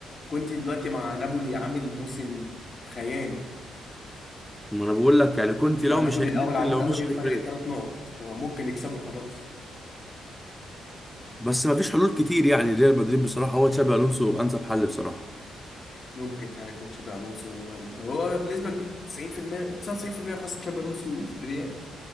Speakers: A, on the left; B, in the centre.
A: كنت دلوقتي مع نابولي عامل موسم خيالي
B: ما انا بقول لك يعني كونتي
A: انت مع
B: لو
A: نابولي
B: مش هي...
A: الاول
B: ممكن
A: على
B: لو
A: الدوري
B: مشي
A: بفرق
B: يروح ريال
A: ثلاث نقط وممكن يكسبوا خلاص
B: بس ما فيش حلول كتير يعني ريال مدريد بصراحه هو تشابي الونسو انسب حل بصراحه
A: ممكن فعلا يكون شابي الونسو هو ال- هو بنسبه 90% 99% خاصه شابي الونسو في الريال